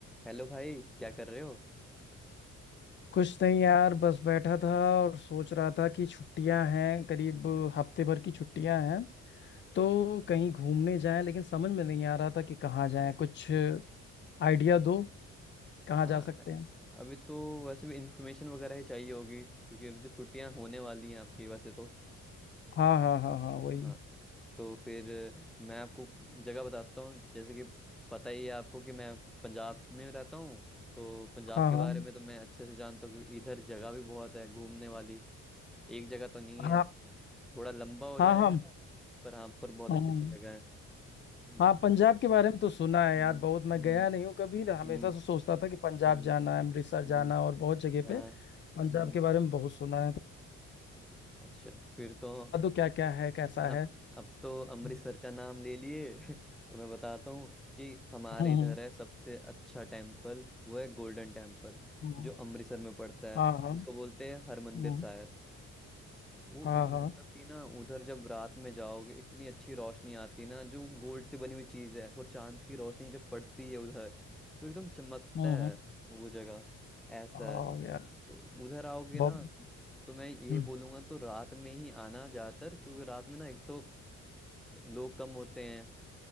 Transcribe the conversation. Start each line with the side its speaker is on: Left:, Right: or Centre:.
Centre: Hello भाई क्या कर रहे हो
Left: कुछ नहीं यार बस बैठा था और सोच रहा था कि छुट्टियां हैं करीब हफ्ते भर की छुट्टियां हैं तो कहीं घूमने जाएं लेकिन समझ में नहीं आ रहा था कि कहाँ जाएं कुछ आइडिया दो कहाँ
Centre: हाँ
Left: जा सकते हैं
Centre: अभी तो वैसे भी इंफॉर्मेशन वगैरह ही चाहिए होगी क्योंकि अभी तो छुट्टियां होने वाली हैं आपकी वैसे तो
Left: हाँ हाँ हाँ हाँ वही
Centre: हाँ तो फिर मैं आपको जगह बताता हूँ जैसे कि पता ही है आपको कि मैं पंजाब में रहता हूँ तो पंजाब
Left: हाँ
Centre: के
Left: हाँ
Centre: बारे में तो मैं अच्छे से जानता हूँ क्योंकि इधर जगह भी बहुत है घूमने वाली एक जगह तो नहीं
Left: हाँ
Centre: है थोड़ा लंबा हो
Left: हाँ
Centre: जाएगा
Left: हाँ
Centre: <laughs> पर हाँ पर बहुत
Left: हम
Centre: अच्छी अच्छी जगह है हम्म,
Left: हाँ
Centre: तो
Left: पंजाब के बारे में तो सुना है
Centre: हम्म
Left: यार बहुत मैं
Centre: हम्म
Left: गया नहीं हूँ कभी हमेशा
Centre: हम्म
Left: से सोचता था कि पंजाब
Centre: हम्म
Left: जाना है अमृतसर
Centre: हम्म,
Left: जाना और बहुत जगह पे
Centre: हाँ
Left: पंजाब
Centre: हम्म,
Left: के बारे में बहुत सुना है तो
Centre: अच्छा फिर तो
Left: बता दो क्या क्या है कैसा
Centre: अब
Left: है
Centre: अब तो
Left: हम्म
Centre: अमृतसर का नाम ले लिए <laughs> तो मैं बताता हूँ कि हमारे
Left: हम्म, हम्म,
Centre: इधर है सबसे अच्छा टेम्पल वो है गोल्डन टेम्पल
Left: हम्म।
Centre: जो अमृतसर में पड़ता है
Left: हाँ हाँ
Centre: जिसको बोलते हैं हरमंदिर
Left: हम्म,
Centre: साहिब वो
Left: हाँ
Centre: इत, मतलब
Left: हाँ
Centre: कि ना उधर जब रात में जाओगे इतनी अच्छी रोशनी आती है ना जो गोल्ड से बनी हुई चीज है और चांद की रोशनी जब पड़ती है उधर तो एकदम चमकता
Left: हम्म
Centre: है
Left: हम्म
Centre: वो जगह ऐसा
Left: हाँ
Centre: है
Left: यार
Centre: तो उधर आओगे
Left: बहुत
Centre: ना तो मैं ये
Left: हम्म।
Centre: बोलूंगा तो रात में ही आना ज्यादातर क्योंकि रात में ना एक तो लोग कम होते हैं